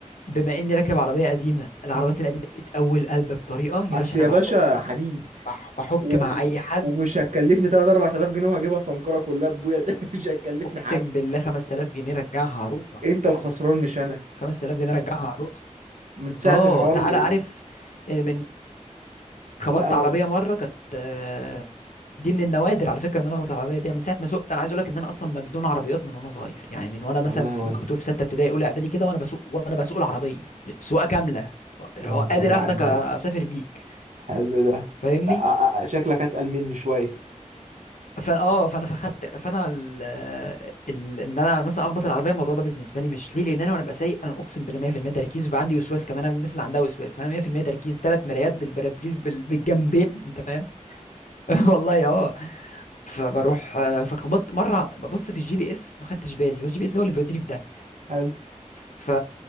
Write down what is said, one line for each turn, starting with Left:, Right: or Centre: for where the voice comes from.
Left: بما اني راكب عربيه قديمه العربيات
Right: <laughs>
Left: القديمه دي بتقوي القلب بطريقه يا
Right: اصل
Left: باشا انا
Right: يا
Left: بحك
Right: باشا حديد
Left: بح- بحك
Right: و-
Left: مع اي حد
Right: ومش هتكلفني 3 4000 جنيه وهجيبها سمكرة كلها ببويا <laughs> تاني مش هتكلفني
Left: اقسم
Right: حاجة
Left: بالله 5000 جنيه رجعها عروسه
Right: انت الخسران مش انا
Left: 5000 جنيه رجعها عروسه
Right: من ساعة
Left: اه
Right: الحوار
Left: تعالى
Right: ال- ال-
Left: عارف إيه، من خبطت
Right: لا هو
Left: عربيه
Right: أنا.
Left: مره كانت آه، دي من النوادر على فكره ان انا اخبط على العربيه دي يعني من ساعه ما سوقت انا عايز اقول لك ان انا اصلا مجنون عربيات من وانا صغير يعني من وانا مثلا
Right: والله
Left: في
Right: وانا
Left: ممكن تقول في سته ابتدائي اولى اعدادي كده وانا بسوق وانا بسوق العربيه سواقه كامله و-
Right: اللهم
Left: قادر
Right: صل على
Left: اخدك
Right: النبي
Left: اسافر بيك
Right: حلو ده
Left: فاهمني
Right: لا آه، آه، شكلك اتقل مني شوية
Left: فا اه فانا فخدت فانا ال... ال... ان انا مثلا اخبط العربيه الموضوع ده بالنسبه لي مش ليه لان انا وانا ببقى سايق انا اقسم بالله 100% تركيز وبيبقى عندي وسواس كمان انا من الناس اللي عندها وسواس فانا 100% تركيز ثلاث مرايات بالبرابريز بال... بالجنبين انت فاهم <laughs> والله اه فبروح آه، فخبطت مره ببص في الجي بي اس ما خدتش بالي والجي بي اس ده هو اللي بيوديني في ده
Right: <laughs> حلو
Left: ف